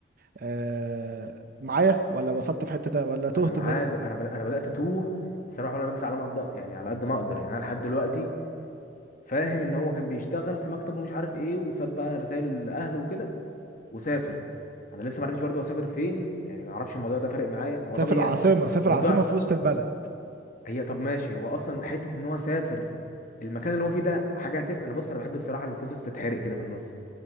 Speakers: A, on the right; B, on the left.
A: آه معايا ولا وصلت في حته تا- ولا تهت
B: انا معاك
A: مني
B: انا ب... انا بدات اتوه بس انا بحاول اركز على ما اقدر يعني على قد ما اقدر يعني انا لحد دلوقتي فاهم ان هو كان بيشتغل في مكتب ومش عارف ايه وساب بقى رسائل لاهله وكده وسافر انا لسه ما عرفتش برضه اسافر فين يعني ما اعرفش الموضوع ده فارق معايا هو طب
A: سافر
B: هي
A: العاصمة سافر
B: موضوع
A: العاصمة في وسط البلد
B: هي طب ماشي هو اصلا حته ان هو سافر المكان اللي هو فيه ده حاجه هتبقى انا بص انا بحب الصراحه القصص تتحرق كده في النص